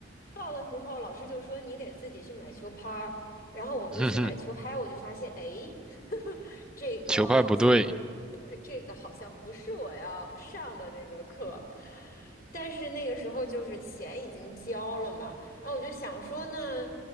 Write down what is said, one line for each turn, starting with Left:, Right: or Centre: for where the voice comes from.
Left: 报的时候，老师就说你得自己去买球拍儿。然后我就去买球拍，
Centre: <laughs> 哼哼，
Left: 我就发现，哎，<laughs> 这个好像
Centre: 球拍不对。
Left: 这个好像不是我要上的那个课，但是那个时候就是钱已经交了嘛，然后我就想说呢，